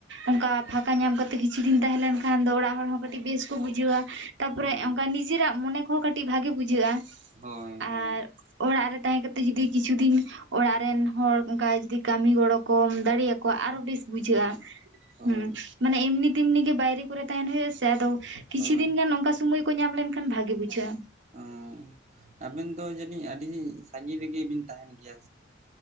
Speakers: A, on the right (about 75°); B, on the right (about 35°).
A: ᱚᱱᱠᱟ ᱯᱷᱟᱸᱠᱟ ᱧᱟᱢ ᱠᱟᱛᱮ ᱠᱤᱪᱷᱩ ᱫᱤᱱ ᱛᱟᱦᱮᱸ ᱞᱮᱱᱠᱷᱟᱱ ᱫᱚ ᱚᱲᱟᱜ ᱦᱚᱲ ᱦᱚᱸ ᱠᱟᱹᱴᱤᱡ ᱵᱮᱥ ᱠᱚ ᱵᱩᱡᱷᱟᱹᱣᱟ᱾ ᱛᱟᱯᱚᱨᱮ
B: ᱦᱳᱭ
A: ᱚᱱᱠᱟ ᱱᱤᱡᱮᱨᱟᱜ ᱢᱚᱱᱮ ᱠᱚᱦᱚᱸ ᱠᱟᱹᱴᱤᱡ ᱵᱷᱟᱜᱮ ᱵᱩᱡᱷᱟᱹᱜᱼᱟ᱾
B: ᱦᱳᱭ
A: ᱟᱨ
B: ᱦᱳᱭ
A: ᱚᱲᱟᱜ ᱨᱮ ᱛᱟᱦᱮᱸ ᱠᱟᱛᱮ ᱡᱩᱫᱤ ᱠᱤᱪᱷᱩ ᱫᱤᱱ ᱚᱲᱟᱜ ᱨᱮᱱ ᱦᱚᱲ ᱚᱱᱠᱟ ᱡᱩᱫᱤ ᱠᱟᱹᱢᱤ ᱜᱚᱲᱚᱼᱼ ᱠᱚᱢ ᱫᱟᱲᱮᱭᱟᱠᱚᱣᱟ
B: ᱦᱳᱭ
A: ᱟᱨᱚ ᱵᱮᱥ ᱵᱩᱡᱷᱟᱹᱜ-ᱟ᱾
B: ᱦᱳᱭ ᱦᱳᱭ
A: ᱦᱩᱸ ᱢᱟᱱᱮ ᱮᱢᱱᱤ ᱛᱮᱢᱱᱤ ᱜᱮ ᱵᱟᱭᱨᱮ ᱠᱚᱨᱮ ᱛᱟᱦᱮᱱ ᱦᱳᱭᱳᱜ-ᱟ ᱥᱮ ᱟᱫᱚ ᱠᱤᱪᱷᱩ
B: ᱦᱳᱭ
A: ᱫᱤᱱ ᱜᱟᱱ ᱚᱱᱠᱟ ᱥᱩᱢᱚᱭᱼᱼ ᱠᱚ ᱧᱟᱢ ᱞᱮᱱᱠᱷᱟᱱ ᱵᱷᱟᱜᱮ ᱵᱩᱡᱷᱟᱹᱜᱼᱟ᱾
B: ᱚᱻ ᱟᱵᱤᱱ ᱫᱚ ᱡᱟᱹᱱᱤᱡ ᱟᱹᱰᱤ ᱥᱟᱺᱜᱤᱧ ᱨᱮᱜᱮᱵᱤᱱ ᱛᱟᱦᱮᱸᱱ ᱜᱮᱭᱟ᱾